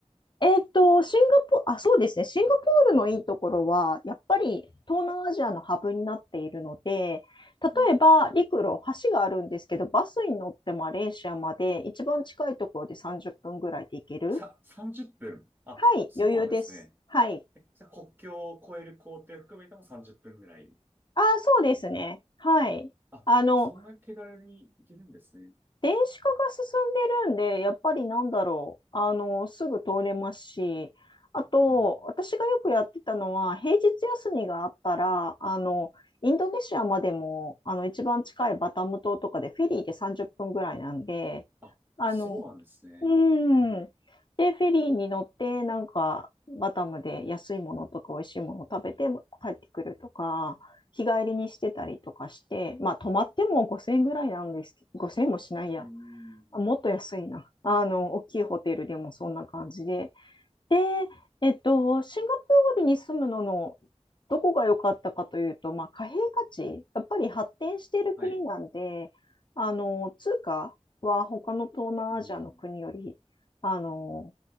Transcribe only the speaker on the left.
えーっと、シンガポ、あ、そうですね。シンガポールのいいところは、やっぱり東南アジアのハブになっているので、例えば陸路、
橋があるんですけど、バスに乗ってマレーシアまで一番近いところで30分ぐらいで行ける。
はい、
余裕です。はい。
ああ、そうですね。はい。
あの、
電子化が進んでるんで、やっぱりなんだろう、あの、すぐ通れますし、あと、
私がよくやってたのは、平日休みがあったら、あの、インドネシアまでも、あの、一番近いバタム島とかでフェリーで30分ぐらいなんで、
あの、
うーん。
で、フェリーに乗って、なんか、バタムで安いものとか美味しいものを食べて帰ってくるとか、日帰りにしてたりとかして、まあ、泊まっても5000円ぐらいなんですけど、5000円もしないや。
もっと安いな。あの、大きいホテルでもそんな感じで、で、えっと、シンガポールに住むののどこが良かったかというと、まあ、貨幣価値、やっぱり発展している国なんで、
あの、通貨は他の東南アジアの国より、
あの、